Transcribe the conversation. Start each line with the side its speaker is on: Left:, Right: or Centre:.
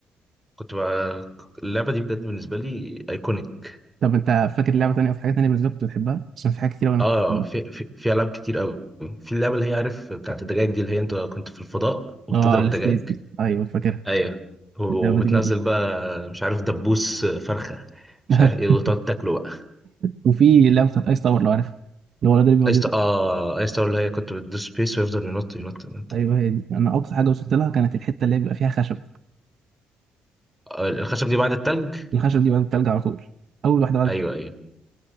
Centre: كنت بقى اللعبة دي بجد بالنسبة لي ايكونيك
Right: طب انت فاكر لعبه تانيه او في حاجه تانيه بالنسبه لك كنت بتحبها عشان في حاجات كتير أوي انا
Centre: اه
Right: كنت بحبها
Centre: في في, في العاب كتير قوي في اللعبة اللي هي عارف بتاعت الدجاج دي اللي هي انت كنت في الفضاء وبتضرب
Right: اه السبيس
Centre: دجاج
Right: دي ايوه فاكرها
Centre: ايوه وبتنزل
Right: اللعبه دي برضو
Centre: بقى مش عارف دبوس فرخة
Right: <laughs>
Centre: مش عارف ايه وتقعد تاكله بقى
Right: وفي لعبه بتاعت ايس تاور لو عارفها اللي هو الولد اللي بيقعد
Centre: ايس
Right: يضرب.
Centre: اه ايس تاور اللي هي كنت بتدوس سبيس ويفضل ينط ينط ينط
Right: ايوه هي دي انا اقصى حاجه وصلت لها كانت الحته اللي هي بيبقى فيها خشب
Centre: آه، الخشب دي بعد التلج
Right: الخشب دي بقت التلج على طول اول واحده بدت
Centre: ايوه ايوه